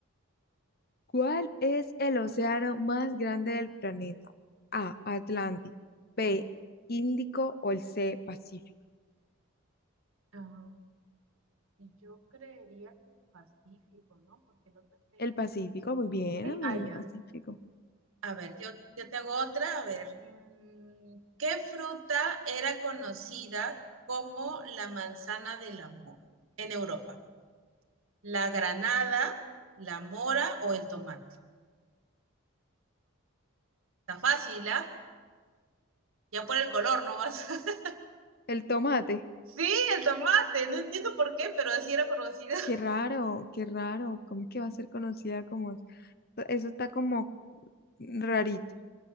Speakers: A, on the left (about 45°); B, on the right (about 70°).
A: ¿Cuál es el océano más grande del planeta? A, Atlántico. B, Índico o el C, Pacífico.
B: Ah, yo creería que el Pacífico, ¿no? Porque el otro está en
A: El
B: el...
A: Pacífico, muy bien,
B: Sí,
A: amiga,
B: ah, ya.
A: el Pacífico.
B: A ver, yo, yo te hago otra. A ver, mm, ¿qué fruta era conocida como la manzana del amor en Europa? ¿La granada, la mora o el tomate? Está fácil, ¿ah? Ya por el color no vas. <laughs>
A: El tomate.
B: Sí, el tomate. No entiendo por qué, pero así era conocida.
A: Qué raro, qué raro. ¿Cómo es que va a ser conocida como... Eso Eso está como rarito.